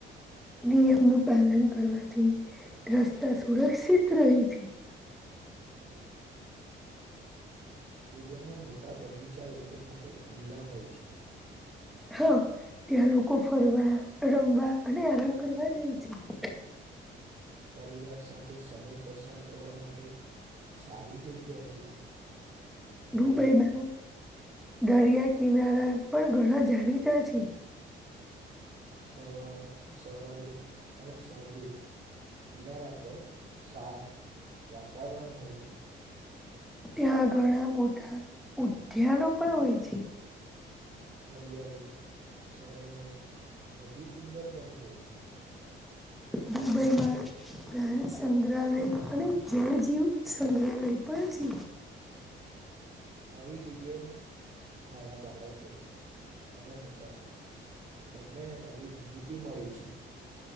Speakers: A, in the centre; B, on the right (about 40°).
A: નિયમ નું પાલન કરવાથી રસ્તા સુરક્ષિત રહે છે.
B: દુબઈમાં મોટા બગીચા લોકો માટે ખુલ્લા હોય છે.
A: હા ત્યાં લોકો ફરવા રમવા અને આરામ કરવા જાય છે.
B: પરિવાર સાથે સમય પસાર કરવા માટે સારી જગ્યા છે. મળી
A: દુબઈમાં
B: છે.
A: દરિયા કિનારા પણ ઘણા જાણીતા છે.
B: સવાર સવારે અને સાંજે કિનારા પર શાંત વાતાવરણ હોય છે.
A: ત્યાં ઘણા મોટા ઉદ્યાનો પણ હોય છે.
B: હરિયાળી શહેરને વધુ સુંદર બનાવે છે.
A: દુબઈમાં સંગ્રહાલય અને જળ જીવ સંગ્રહાલય પણ છે.
B: આવી જગ્યાએ નાના બાળકો અને મોટા બંનેને નવી માહિતી મળે છે.